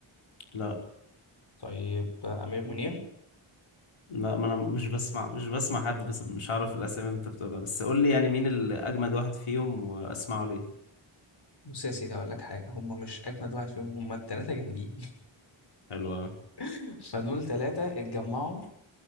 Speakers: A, on the left (about 85°); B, on the left (about 50°).
A: لا
B: طيب آه، أمير منير
A: لا ما أنا مش بسمع مش بسمع حد بس مش عارف الأسامي اللي أنت بتقولها بس قول لي يعني مين الأجمد واحد فيهم وأسمعه ليه
B: بص يا سيدي هقول لك حاجة هم مش أجمد واحد فيهم هم التلاتة جامدين
A: حلو أوي
B: <laughs> فدول تلاتة اتجمعوا